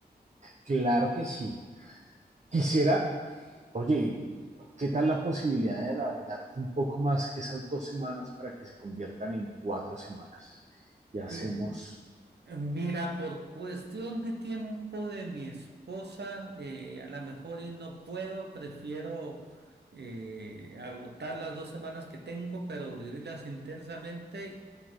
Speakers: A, on the right (about 45°); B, on the right (about 75°).
A: Claro que sí. Quisiera, oye, ¿qué tal la posibilidad de alargar un poco más esas dos semanas para que se conviertan en cuatro semanas? Y hacemos,
B: Y eh, mira, por cuestión de tiempo de mi esposa, eh, a lo mejor y no puedo, prefiero eh, agotar las dos semanas que tengo, pero vivirlas intensamente